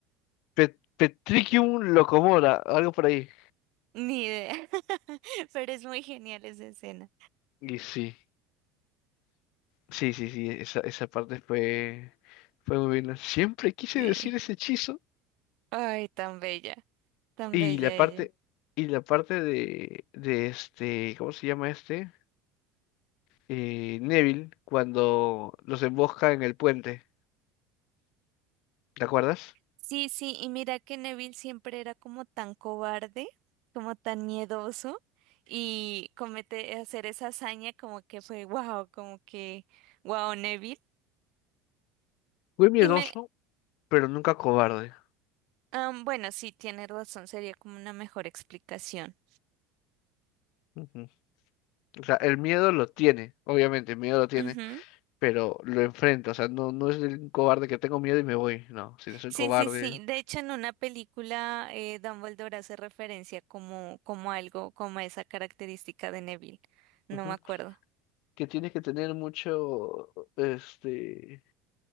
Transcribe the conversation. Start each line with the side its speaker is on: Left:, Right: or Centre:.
Left: Pet- Petricum Locomoda, algo por ahí.
Right: Ni idea, <laughs> pero es muy genial esa escena.
Left: Y sí, sí, sí, sí, esa, esa parte fue, fue muy buena. Siempre quise
Right: Sí.
Left: decir ese hechizo.
Right: Ay, tan bella, tan
Left: Y
Right: bella
Left: la
Right: ella.
Left: parte, y la parte de, de este, ¿cómo se llama este? Eh, Neville, cuando los embosca en el puente, ¿te acuerdas?
Right: Sí, sí, y mira que Neville siempre era como tan cobarde, como tan miedoso, y comete hacer esa hazaña como que fue wow, como que wow, Neville.
Left: Fui miedoso,
Right: Y me,
Left: pero nunca cobarde.
Right: am, bueno, sí, tiene razón, sería como una mejor explicación.
Left: Ujú. O sea, el miedo lo tiene, obviamente, el miedo lo tiene,
Right: Ujú.
Left: pero lo enfrenta. O sea, no, no es el cobarde que tengo miedo y me voy. No, si no soy
Right: Sí,
Left: cobarde.
Right: sí, sí. De hecho, en una película, eh, Dumbledore hace referencia como, como algo, como a esa característica de Neville. No
Left: Ujú.
Right: me acuerdo.
Left: Que tienes que tener mucho, este,